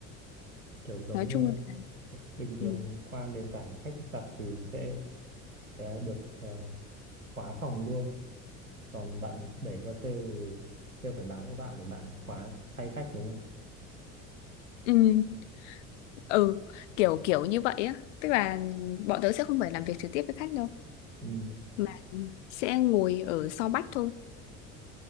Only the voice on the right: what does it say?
kiểu giống
như
bình thường
qua nền tảng khách tập thì sẽ, sẽ được ờ, khóa phòng luôn còn bạn đẩy qua sale thì sale phải báo cho bạn để bạn khóa thay khách đúng không
ừ.